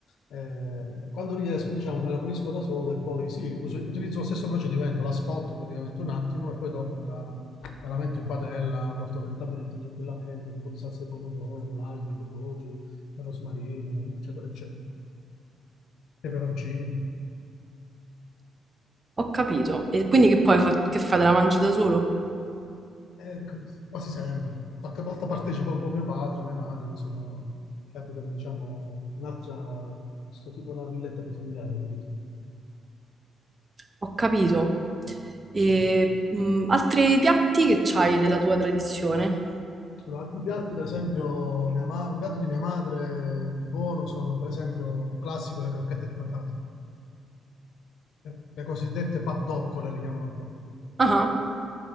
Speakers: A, on the left (about 80°); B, on the right (about 30°).
A: eh, quando riesco, diciamo, me la pulisco da solo e poi sì, uso- utilizzo lo stesso procedimento, la scotto praticamente un attimo e poi dopo me la, me la metto in padella molto lentamente, tranquillamente, con un po' di salsa di pomodoro, l'aglio, gli odori, rosmarino, eccetera, eccetera, peperoncino.
B: Ho capito. E quindi che poi fa- che fai? Te la mangi da solo?
A: Eh, quasi sempre. Qualche volta partecipa un po' mio padre, mia madre, che sono, che abitano, diciamo, un'altra, sto tipo una villetta bifamiliare, capito?
B: Ho capito. E,
A: Sì.
B: mh, altri piatti che c'hai della tua tradizione?
A: Allora, altri piatti, per esempio, mia ma- un piatto di mia madre buono sono, per esempio, un classico, le crocchette di patate, le, le cosiddette paddoccole le chiamano qua.
B: Ah, ah.